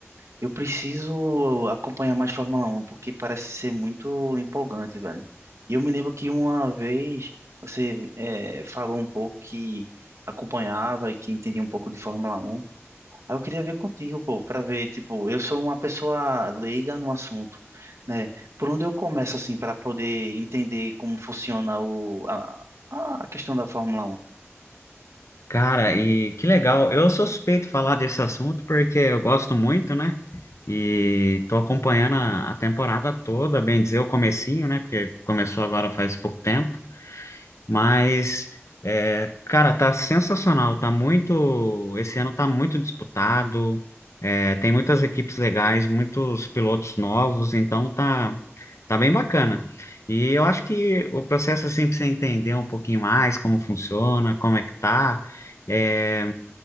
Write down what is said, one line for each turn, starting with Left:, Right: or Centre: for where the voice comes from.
Right: Eu preciso acompanhar mais Fórmula Um, porque parece ser muito empolgante, velho. E eu me lembro que uma vez você eh, falou um pouco que acompanhava e que entendia um pouco de Fórmula Um. Aí eu queria ver contigo, pô, pra ver, tipo, eu sou uma pessoa leiga no assunto, né? Por onde eu começo, assim, para poder entender como funciona o, a, a questão da Fórmula Um?
Left: cara, e que legal. Eu sou suspeito de falar desse assunto porque eu gosto muito, né? E tô acompanhando a, a temporada toda, bem dizer, o comecinho, né? Porque começou agora faz pouco tempo. Mas, é, cara, tá sensacional. Tá muito. Esse ano tá muito disputado. é, tem muitas equipes legais, muitos pilotos novos, então tá, tá bem bacana. E eu acho que o processo, assim, pra você entender um pouquinho mais como funciona, como é que tá. é,